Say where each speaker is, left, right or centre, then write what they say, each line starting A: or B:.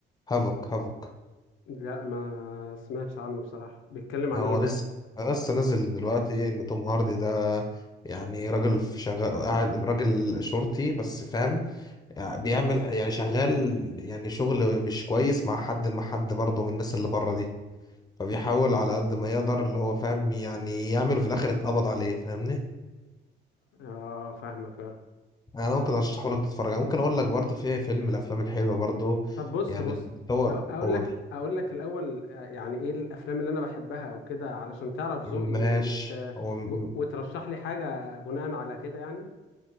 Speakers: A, on the left; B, on the left.
A: هافوك هافوك
B: لا ما سمعتش عنه بصراحة بيتكلم عن
A: هو
B: ايه ده
A: لسه لسه نازل دلوقتي ان توم هاردي ده يعني راجل في شغال قاعد راجل شرطي بس فاهم يعني بيعمل يعني شغال يعني شغل مش كويس مع حد مع حد برضه من الناس اللي بره دي فبيحاول على قد ما يقدر اللي هو فاهم يعني يعمله في الاخر اتقبض عليه فاهمني
B: اه فاهمك اه
A: يعني انا ممكن ارشحه لك تتفرج عليه. ممكن اقول لك برضو في فيلم من الافلام الحلوه برضو
B: طب بص
A: يعني
B: بص
A: اللي
B: أو-
A: هو
B: اقول
A: قول
B: لك اقول لك الاول آه، يعني ايه الافلام اللي انا بحبها او كده علشان تعرف ذوقي
A: ماشي
B: وت...
A: هو م-
B: و- وترشح لي حاجة بناء على كده يعني